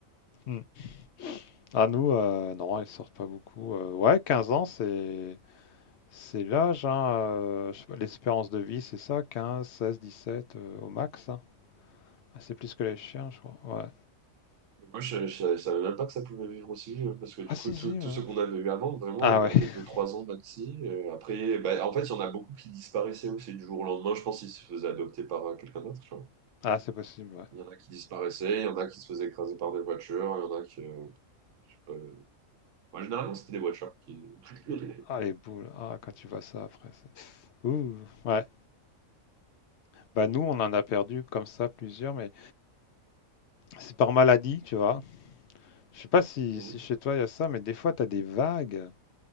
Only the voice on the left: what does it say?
Mmh. Ah nous, heu, non, ils sortent pas beaucoup, heu, ouais 15 ans c'est c'est l'âge, hein, heu, je sais pas l'espérance de vie, c'est ça 15-16-17, heu, au max, hein? Ah c'est plus que les chiens je crois, ouais.
Ah si,
si,
ouais.
Ah
ouais,
<laughs>
ah c'est possible, ouais.
Ah les boules, ah quand tu vois ça après c'est ouh, ouais. Bah nous, on en a perdu comme ça plusieurs, mais c'est par maladie, tu vois. Je sais pas si,
si chez toi il y a ça, mais des fois tu as des vagues